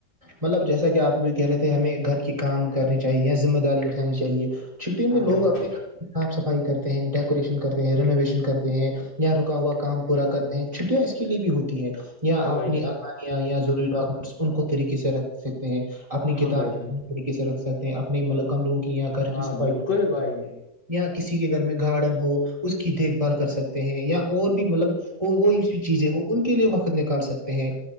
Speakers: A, on the right; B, on the left.
A: مطلب جیسا کہ آپ بھی کہہ رہے تھے ہمیں گھر کی کام کرنی چاہیے یا ذمہ داری اٹھانی چاہیے چھٹی
B: ہاں
A: میں لوگ
B: بھائی جان
A: اپنے گھر صاف صفائی کرتے ہیں ڈیکوریشن کرتے ہیں رینوویشن کرتے ہیں ی رکا ہوا کام پورا کرتے چھٹیاں اس کے لیے بھی ہوتی ہے یا
B: ہاں
A: آپنی
B: بھائی جان
A: الماریاں یا ڈاکومنٹس ان کو طریقے سے رکھ سکتے ہیں اپنی کتاب
B: ہاں بھائی جان
A: طریقے رکھ سکتے ہیں اپنے مل کمروں کی یا گھر
B: ہاں
A: کی صفائی
B: بالکل
A: کر سکتے
B: بھائی
A: ہیں
B: میرے
A: یا کسی کے گھر میں گارڈن ہو اس کی دیکھ بھال کر سکتے ہیں یا اور بھی مطلب کو کوئی بھی چیزیں ہو ان کے لیے وقت نکال سکتے ہیں